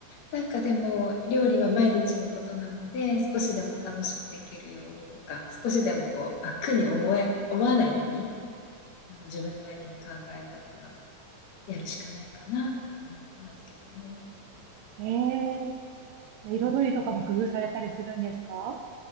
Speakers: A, on the left (about 70°); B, on the right (about 75°).
A: なんかでも、料理は毎日のことなので、少しでも楽しくできるようにとか、少しでもこう、あ、苦に思え、思わないように、あの、自分なりに考えながらやるしかないかなって思ってますけども。
B: えー、じゃあ彩りとかも工夫されたりするんですか